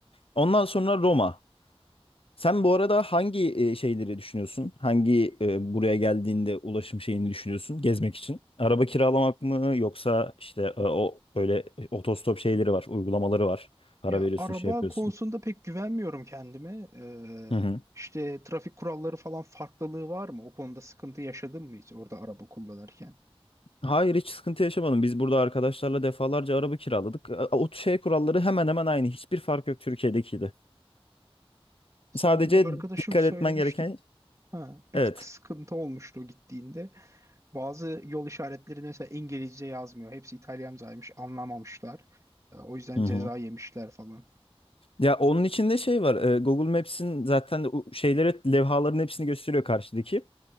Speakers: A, on the left; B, on the right.
A: Ondan sonra Roma. Sen bu arada hangi e, şeyleri düşünüyorsun? Hangi e, buraya geldiğinde ulaşım şeyini düşünüyorsun gezmek için? Araba kiralamak mı yoksa işte e, o böyle otostop şeyleri var, uygulamaları var. Para
B: Ya
A: veriyorsun,
B: araba
A: şey yapıyorsun.
B: konusunda pek güvenmiyorum kendime. E,
A: Hı hı.
B: işte trafik kuralları falan farklılığı var mı? O konuda sıkıntı yaşadın mı hiç orada araba kullanırken?
A: Hayır hiç sıkıntı yaşamadım. Biz burada arkadaşlarla defalarca araba kiraladık. E, O şey kuralları hemen hemen aynı. Hiçbir fark yok Türkiye'dekiydi.
B: Sanki
A: Sadece
B: bir arkadaşım
A: dikkat
B: söylemişti
A: etmen gereken
B: Ha,
A: evet.
B: bir tık sıkıntı olmuştu o gittiğinde. Bazı yol işaretleri mesela İngilizce yazmıyor. Hepsi İtalyancaymış, anlamamışlar. E, O yüzden
A: Hı hı.
B: ceza yemişler falan.
A: Ya onun içinde şey var. e, Google Maps'in zaten o şeyleri levhaların hepsini gösteriyor karşıdaki.